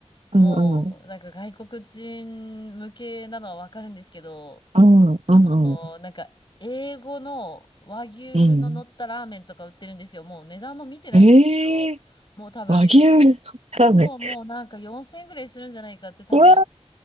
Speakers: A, on the left; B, on the right.
A: もうなんか外国人向けなのはわかるんですけど、
B: うんうん。うんうんうん
A: あの、なんか英語の和牛の乗ったラーメンとか売ってるんですよ。
B: うん
A: もう値段も見てないんですけど、
B: ええ
A: もう多分、
B: 和牛のラーメン。
A: そう、もうなんか4000円ぐらいするんじゃないかって多分。
B: うわ